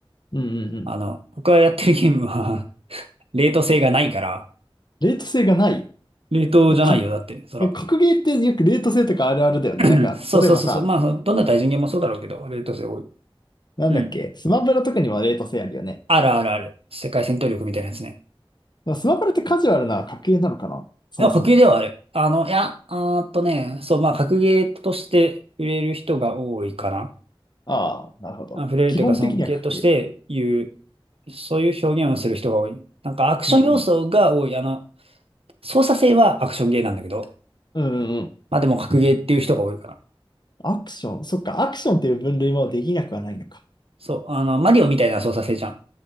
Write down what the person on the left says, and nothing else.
うんうんうん。
レート性がない。
か、
格ゲーってよくレート性とかあるあるだよね。
なんか、
例えばさ、
なんだっけ、
スマブラとかにはレート性あるよね。
まあスマブラってカジュアルな格ゲーなのかなそもそも。
ああ、なるほど。
基本的には格ゲー。
うんうん。
うんうんうん。
アクション。そっか、アクションっていう分類もできなくはないのか。